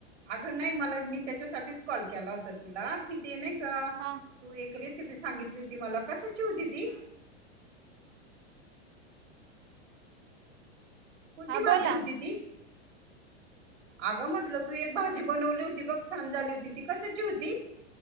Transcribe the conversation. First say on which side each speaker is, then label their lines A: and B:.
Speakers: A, on the right; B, on the right.
A: आग नाही, मला मी त्याच्यासाठीच- कॉल केला होता तुला, कि ते नाही का?
B: हा.
A: तू एक रेसिपी सांगितली होती मला, कशाची होती ती? कोणती
B: हा
A: भाजी
B: बोला
A: होती ती? आगं म्हटलं, तू एक भाजी बनवली होती बघ, छान झाली होती, ती कशाची होती?